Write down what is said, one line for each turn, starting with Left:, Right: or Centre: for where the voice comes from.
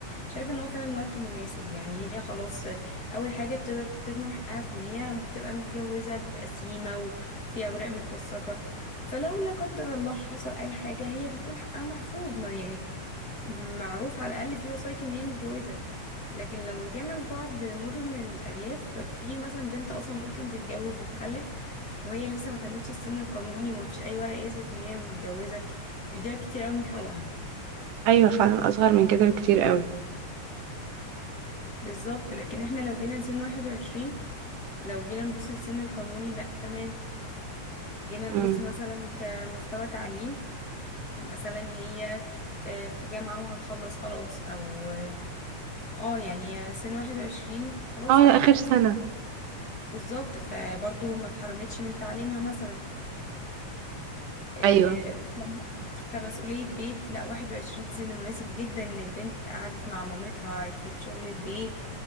Left: شايفه ان هو فعلا وقت مناسب يعني هي خلاص اول حاجه بتقدر تضمن حقها في ان هي بتبقى متجوزه بقسيمه و- وفي اوراق متوثقه فلو لا قدر الله حصل اي حاجه هي بيكون حقها محفوظ ما يعني معروف على الاقل في وثائق ان هي متجوزه لكن لو رجعنا لبعض مدن الارياف في مثلا بنت اصلا ممكن تتجوز وتخلف وهي لسه ما تمتش السن القانوني ومفيش اي ورق يثبت ان هي متجوزه بيضيع كتير قوي من حقوقها
Right: أيوة فعلا أصغر من كده بكتير قوي
Left: بالظبط لكن احنا لو جينا لسن 21 لو جينا نبص للسن القانوني لا تمام جينا نبص
Right: امم
Left: مثلا كمستوى تعليم مثلا هي آه، في جامعة وهتخلص خلاص او اه آه، يعني سن 21 خلاص
Right: اه
Left: قربت
Right: آخر
Left: تخلص
Right: سنة
Left: جد- بالظبط فبرضه ما اتحرمتش من تعليمها مثلا آه،
Right: ايوه
Left: كم- كمسؤولية بيت لا 21 سن مناسب جدا ان البنت قعدت مع مامتها عرفت شغل البيت